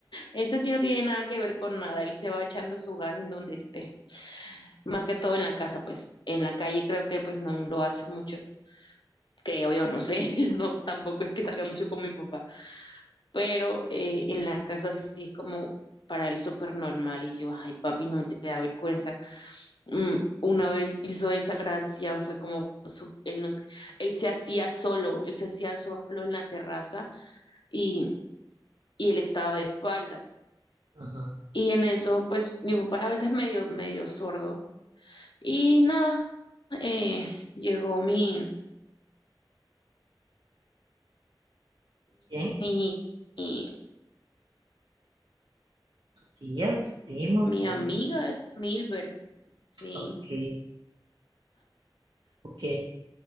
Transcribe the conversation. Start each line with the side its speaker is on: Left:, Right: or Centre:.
Left: Ese sí no tiene nada que ver con nada, él se va echando su gas en donde esté. Más que todo en la casa, pues. En la calle creo que pues no lo hace mucho, creo yo, no sé, <laughs> no, tampoco es que salga mucho con mi papá. pero eh, en la casa sí es como para él súper normal y yo, ay papi, no te da vergüenza. Mm, una vez hizo esa gracia, fue como, su- él, nos, él se hacía solo, él se hacía solo en la terraza y, y él estaba de espaldas.
Right: Ajá.
Left: Y en eso, pues mi papá es a veces medio, medio sordo. Y nada, eh, llegó mi,
Right: ¿Quién?
Left: mi, mi,
Right: Tía, tu primo,
Left: mi
Right: tu
Left: amiga,
Right: amigo.
Left: Milber, sí.
Right: Ok, <laughs> ok.